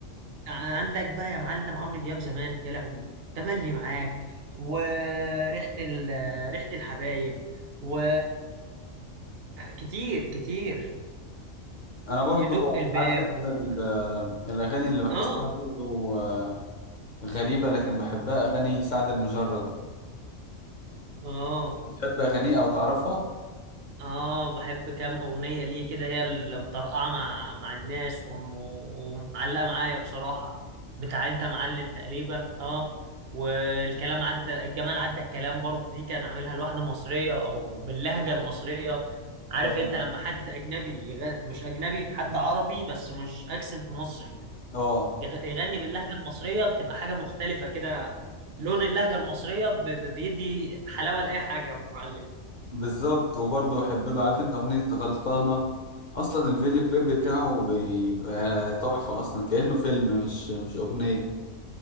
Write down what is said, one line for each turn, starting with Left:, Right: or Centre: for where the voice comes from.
Right: عندك بقى يا معلم عمرو دياب زمان يا لهوي تملي معاك وريحة ال... ريحة الحبايب و كتير كتير
Left: انا برضو
Right: يدق الباب
Left: عارف انت
Right: و...
Left: ال- الاغاني اللي بحسها
Right: آه
Left: برضو آه، غريبة لكن بحبها اغاني سعد المجرد
Right: آه
Left: بتحب اغانيه او تعرفها؟
Right: اه بحب كام اغنيه ليه كده هي اللي مطرقعه مع مع الناس وم- ومعلقه معايا بصراحه بتاع انت معلم تقريبا اه والكلام عدى الجمال عدى الكلام برضه دي كان عاملها لواحده مصريه او باللهجه المصريه عارف
Left: اه
Right: انت لما حد اجنبي يغ... مش اجنبي حد عربي بس مش اكسنت مصري
Left: اه
Right: يغ... يغني باللهجه المصريه بتبقى حاجه مختلفه كده لون اللهجه المصريه ب... ب- بيدي حلاوه لاي حاجه يا معلم
Left: بالظبط وبرضه بحب له عارف انت اغنية غلطانة اصلا الفيديو كليب بتاعه
Right: آه.
Left: بيبقى تحفة اصلا كأنه فيلم مش مش اغنية